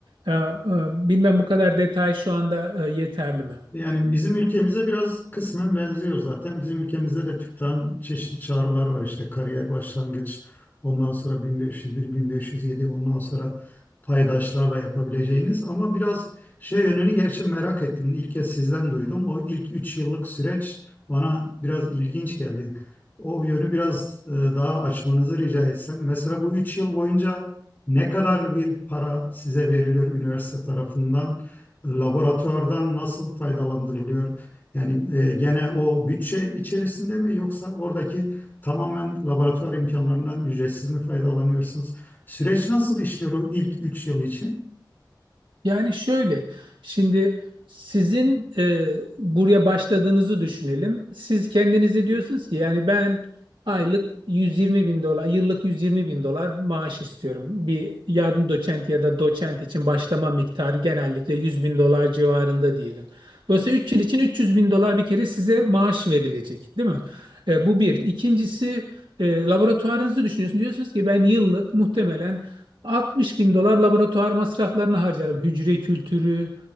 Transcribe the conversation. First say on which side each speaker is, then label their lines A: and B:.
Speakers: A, on the right; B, on the left.
A: Ee, e, Bilmem bu kadar detay şu anda e, yeterli mi?
B: Yani bizim ülkemize biraz kısmen benziyor zaten. Bizim ülkemizde de TÜBİTAK'ın çeşitli çağrılar var işte kariyer başlangıç, ondan sonra 1501, 1507, ondan sonra paydaşlarla yapabileceğiniz. Ama biraz şey yönünü gerçi merak ettim. İlk kez sizden duydum. O ilk 3 yıllık süreç bana biraz ilginç geldi. O yönü biraz e, daha açmanızı rica etsem. Mesela bu 3 yıl boyunca ne kadar bir para size veriliyor üniversite tarafından? laboratuvardan nasıl faydalandırılıyor? Yani e, gene o bütçe içerisinde mi yoksa oradaki tamamen laboratuvar imkanlarından ücretsiz mi faydalanıyorsunuz? Süreç nasıl işliyor o ilk 3 yıl için?
A: Yani şöyle, şimdi sizin e, buraya başladığınızı düşünelim. Siz kendinize diyorsunuz ki yani ben aylık 120 bin dolar, yıllık 120 bin dolar maaş istiyorum. Bir yardım doçent ya da doçent için başlama miktarı genellikle 100 bin dolar civarında diyelim. Dolayısıyla 3 yıl için 300 bin dolar bir kere size maaş verilecek, değil mi? E, bu bir. İkincisi e, laboratuvarınızı düşünüyorsunuz. Diyorsunuz ki ben yıllık muhtemelen 60 bin dolar laboratuvar masraflarını harcarım. Hücre kültürü,